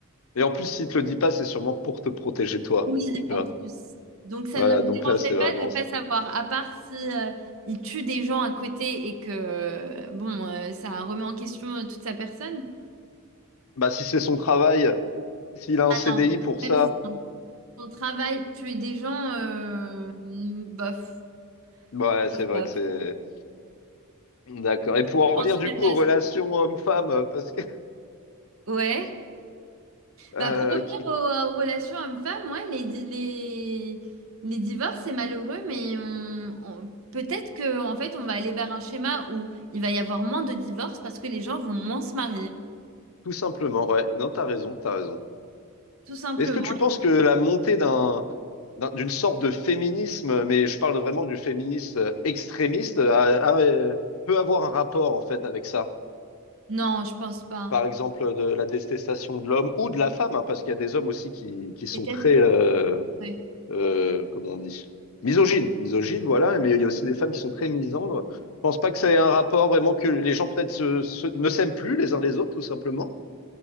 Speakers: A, on the left; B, on the right.
A: Et en plus, s'il te le dit pas, c'est sûrement pour te protéger toi.
B: Oui,
A: Tu
B: en
A: vois.
B: plus. Donc ça
A: Voilà,
B: ne me dérangerait
A: donc là, c'est vraiment.
B: pas de pas savoir, à part si euh, il tue des gens à côté et que euh, bon, euh, ça remet en question euh, toute sa personne.
A: Bah, si c'est son travail, s'il a un
B: Ah
A: CDI
B: non,
A: pour ça.
B: même si c'est un- son travail, tuer des gens, euh, bof.
A: Ouais, c'est
B: Bof.
A: vrai que c'est d'accord. Et pour
B: Je
A: en
B: pense
A: revenir du
B: que
A: coup
B: c'est
A: aux
B: ça.
A: relations homme-femme, euh, parce que
B: Ouais.
A: euh,
B: Bah pour revenir
A: qui-
B: aux, euh, aux relations hommes-femmes, ouais, les, di- les, les divorces, c'est malheureux, mais on, on- peut-être que en fait on va aller vers un schéma où il va y avoir moins de divorces parce que les gens vont moins se marier.
A: tout simplement, ouais, non, t'as raison, t'as raison.
B: Tout simplement.
A: Est-ce que tu penses que la montée d'un d'un- d'une sorte de féminisme, mais je parle vraiment du féminisme euh, extrémiste, a- a- euh, peut avoir un rapport en fait avec ça?
B: Non, je pense pas.
A: Par exemple, de la détestation de l'homme ou de la femme, hein, parce qu'il y a des hommes aussi qui, qui sont
B: Déteste
A: très,
B: les...
A: euh,
B: Oui,
A: euh, comment on dit, misogynes, misogynes, voilà, mais il y a aussi des femmes qui sont très misandres. Je pense pas que ça ait un rapport vraiment que les gens peut-être se- se- ne s'aiment plus les uns les autres, tout simplement.